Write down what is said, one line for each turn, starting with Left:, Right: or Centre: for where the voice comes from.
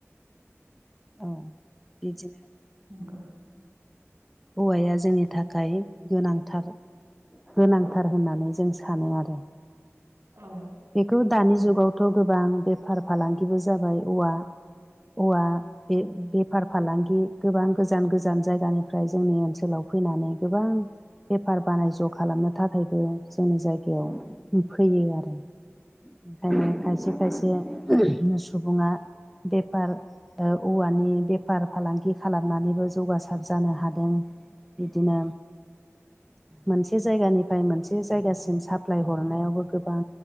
Right: <inaudible>
Centre: औ बिदिनो
Right: नंगौ
Centre: औवाया जोंनि थाखाय गोनांथार गोनांथार होननानै जों सानो आरो
Right: औ
Centre: बेखौ दानि जुगावथ' गोबां बेफार फालांगिबो जाबाय औवा औवा बे बे बेफार फालांगि गोबां गोजान गोजान जायगानिफ्राय जोंनि ओनसोलाव फैनानै गोबां बेफार बानिज्य खालामनो थाखायबो जोंनि जायगायाव फैयो आरो ओंखायनो खायसे खायसे सुबुङा बेफार दा औवानि बेफार फालांगि खालामनानैबो जौगासार जानो हादों बिदिनो मोनसे जायगानिफ्राय मोनसे जायगासिम साप्लाय हरनायावबो गोबां